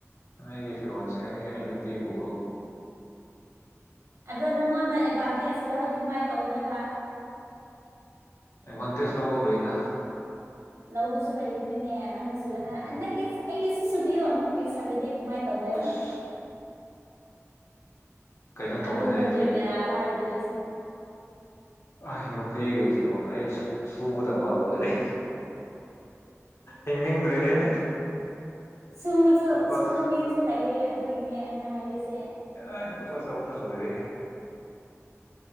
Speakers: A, on the left; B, on the right.
A: ꯑꯩꯒꯤ ꯐꯤꯔꯣꯜꯁꯦ ꯑꯩ ꯑꯩ ꯅꯨꯄꯤꯕꯨ ꯎ
B: ꯑꯗꯣ ꯅꯪꯉꯣꯟꯗ ꯑꯦꯗꯚꯥꯟꯇꯦꯖ ꯂꯧꯔꯗꯤ ꯀꯥ ꯃꯥꯏꯅ ꯇꯧꯗꯣꯏꯕ꯫
A: ꯑꯦꯕꯟꯇꯦꯁ ꯂꯧꯂꯣꯔꯣꯗ꯫
B: ꯂꯧꯕꯁꯨ ꯂꯩꯕꯅꯤꯅꯦ ꯅꯪꯅ ꯁꯨꯕꯅ
A: ꯎꯝ
B: ꯅꯪꯒꯤ ꯑꯩꯒꯤꯁꯨ ꯁꯨꯕꯤꯌꯨ ꯑꯃꯨꯛ ꯄꯤꯁꯜꯂꯗꯤ ꯀꯃꯥꯏꯅ ꯇꯧꯗꯣꯏꯕ꯫
A: ꯑꯣꯏꯁ ꯀꯩꯅꯣ ꯇꯧꯒꯅꯤ
B: ꯑꯗꯨꯗꯅꯦ
A: ꯑꯩꯗꯤ
B: ꯕꯤꯔꯥꯑ ꯀꯥꯔꯗꯣꯏꯁꯦ꯫
A: ꯑꯩ ꯅꯨꯄꯤꯒꯤ ꯐꯤꯔꯣꯜ ꯑꯩ ꯁꯨꯒꯗꯕ ꯂꯣꯏꯔꯦ꯫ ꯍꯤꯡꯅꯤꯡꯗ꯭ꯔꯦꯍꯦ꯫
B: ꯁꯨꯕꯁꯨ
A: ꯇꯨꯀꯠꯆ
B: ꯁꯨꯕ ꯃꯤꯁꯨ ꯂꯩꯌꯦ ꯑꯗꯨꯒꯤꯅꯦ ꯑꯩꯅ ꯍꯥꯏꯔꯤꯁꯦ꯫
A: ꯑꯦ ꯇꯨꯀꯨ ꯆꯥꯕꯅ ꯂꯣꯏꯔꯦꯍꯦ꯫